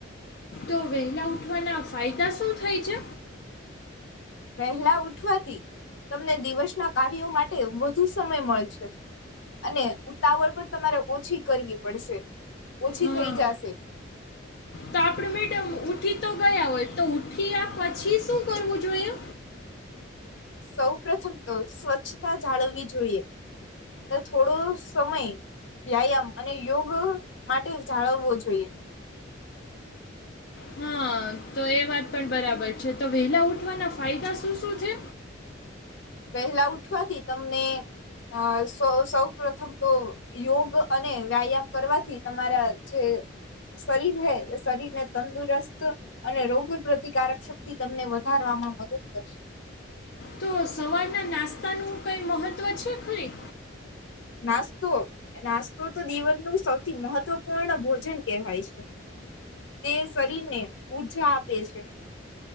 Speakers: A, on the left; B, on the left.
A: તો વહેલા ઉઠવાના ફાયદા શું થાય છે.
B: વહેલા ઉઠવાથી તમને દિવસ. ના, કાર્યો માટે. વધુ, સમય મળશે. અને. ઉતાવળ પણ, તમારે ઓછી કરવી પડશે ઓછી
A: હા
B: થઈ જશે.
A: તો આપણે મેડમ ઉઠી તો, ગયા હોય તો ઉઠી્યા પછી શું? કરવું, જોઈએ.
B: સૌ પ્રથમ તો સ્વ. સ્વચ્છતા જાળવવી જોઈએ. થોડો, સમય વ્યાયામ અને યોગ. માટે, જાળવવો જોઈએ.
A: હા, તો, એ વાત, પણ બરાબર છે. તો, વેલા ઉઠવાના ફાયદા શું? શું? છે.
B: વહેલા, ઉઠવાથી તમને અ સૌ, પ્રથમ તો યોગ. અને વ્યાયામ કરવાથી તમારા જે. શરીર હે શરીર ને તંદુરસ્ત. અને રોગ પ્રતિકારક શક્તિ તમને વધારવામાં મદદ કરશે.
A: તો સવારના નાસ્તાનુંકઈ મહત્વ છે ખરી.
B: નાસ્તો નાસ્તો તો? તો? જીવનનું સૌથી મહત્વપૂર્ણ ભોજન કહેવાય છે, તે શરીરને ઉઊર્જા આપે છે.